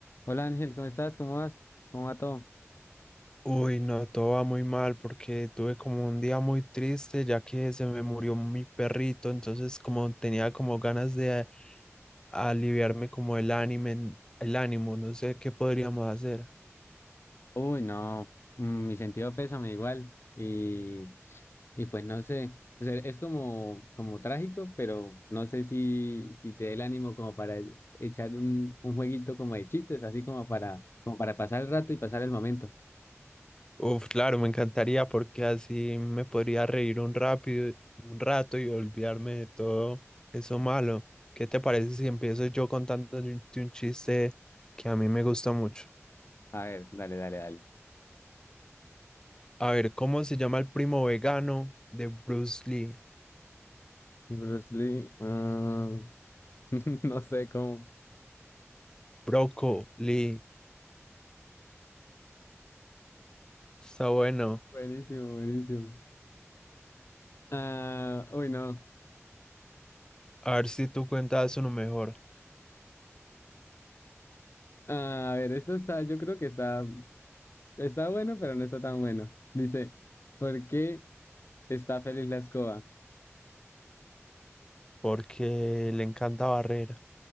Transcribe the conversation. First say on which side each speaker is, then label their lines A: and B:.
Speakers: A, on the left (about 55°); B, on the left (about 15°).
A: Hola Ángel, ¿cómo estás? ¿Cómo vas? ¿Cómo va todo?
B: Uy, no, todo va muy mal porque tuve como un día muy triste ya que se me murió mi perrito, entonces como tenía como ganas de aliviarme como el ánimo, el ánimo, no sé qué podríamos hacer.
A: Uy, no, mm, mi sentido pésame igual y, y pues no sé, o sea, es como, como trágico, pero no sé si, si te dé el ánimo como para e- echar un, un jueguito como de chistes, así como para, como para pasar el rato y pasar el momento.
B: Uf, claro, me encantaría porque así me podría reír un rápido, un rato y olvidarme de todo eso malo. ¿Qué te parece si empiezo yo contándote un un chiste que a mí me gusta mucho?
A: A ver, dale, dale, dale.
B: A ver, ¿cómo se llama el primo vegano de Bruce Lee?
A: Bruce Lee, ah, <laughs> no sé cómo.
B: Brócoli, está bueno.
A: Buenísimo, buenísimo. Ah, uy, no.
B: A ver si tú cuentas uno mejor,
A: Ah, a ver, esto está, yo creo que está. Está bueno, pero no está tan bueno. Dice, ¿por qué está feliz la escoba?
B: porque le encanta barrer.